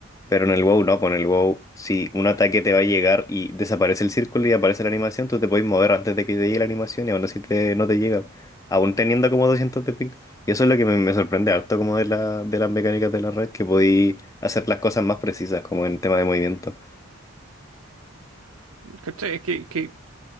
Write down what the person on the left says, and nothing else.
Pero en el WoW no, pues en el WoW, si un ataque te va a llegar y desaparece el círculo y aparece la animación, tú te puedes mover antes de que te llegue la animación y aún así te, no te llega. Aún teniendo como 200 de ping. Y eso es lo que me, me sorprende harto como de la, de las mecánicas de la red, que podéis hacer las cosas más precisas, como en tema de movimiento.